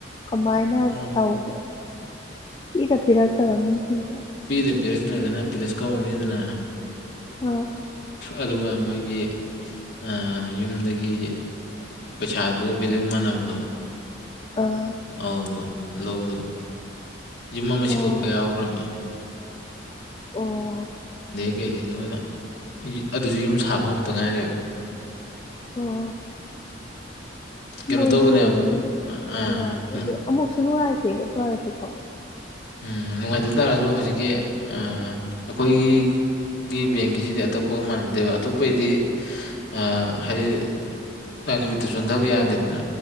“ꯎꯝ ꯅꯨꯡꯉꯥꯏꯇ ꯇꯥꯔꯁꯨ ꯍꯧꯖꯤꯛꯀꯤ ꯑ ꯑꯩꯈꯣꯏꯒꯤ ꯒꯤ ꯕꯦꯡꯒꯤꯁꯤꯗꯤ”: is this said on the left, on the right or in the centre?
Left